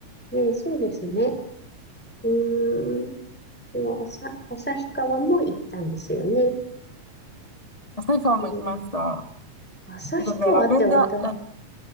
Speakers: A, in the centre; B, on the left (about 30°).
A: ね、そうですね。うーん。では、朝、旭川も行ったんですよね。
B: 旭川も行きました。
A: えー、旭川って私
B: えっとね、ラベンダー、ラ、